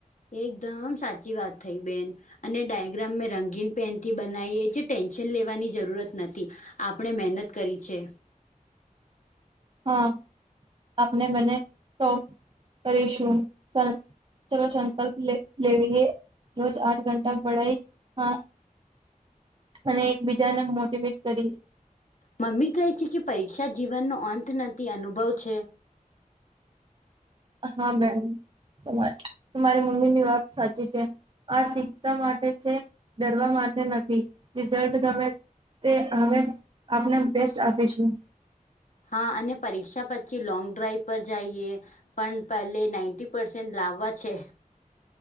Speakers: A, on the left; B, on the right.
A: એકદમ સાચી વાત થઈ બેન અને ડાયગ્રામ મેં રંગીન પેનથી બનાવી એ જે ટેન્શન લેવાની જરૂરત નથી આપણે મહેનત કરી છે
B: હા આપડે બને ટોપ કરીશું ચલો સંકલ્પ લે લેવીએ રોજ આઠ ઘંટા પડાઈ હા અને એકબીજાને મોટવેટ કરી
A: મમ્મી કહે છે કે પરીક્ષા જીવનનો અંત નથી અનુભવ છે
B: હા બેન તમા તમારી મમ્મી ની વાત સાચી છે આ શીખતા માટે છે ડરવા માટે નથી રિઝલ્ટ ગમે તે હવે આપને બેસ્ટ આપીશું
A: હા અને પરીક્ષા પછી લોંગ ડ્રાઈવ પર જઈએ પણ પહેલે નાઈન્ટી પસેન્ટ લાવવા છે